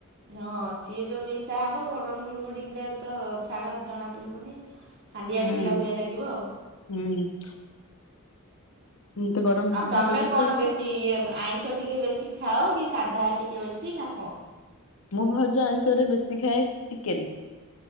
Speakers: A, on the right (about 50°); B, on the left (about 70°).
A: ହଁ ସିଏ ଯୋଉ ନିଶା ହବ ଗରମ ଗୁଳୁ ଗୁଡିକି ଦେ ତ ଛାଡ ଜଣା ପଡିବନି। ହାଣ୍ଡିଆ
B: ହୁଁ
A: ପିଇଲା ଭଳିଆ ଲାଗିବ ଆଉ।
B: ହୁଁ। ମତେ ଗରମ
A: ଆଉ ତମେ
B: ଭାତ ସହିତ
A: କଣ ବେଶୀ ଇଏ ଆଇଁଷ ଟିକେ ବେଶୀ ଖାଅ କି ସା ଧା ଟିକେ ବେଶି ନ କଣ?
B: ମୁଁ ଭଜା ଆଇଁଷରେ ବେଶି ଖାଏ ଚିକେନ।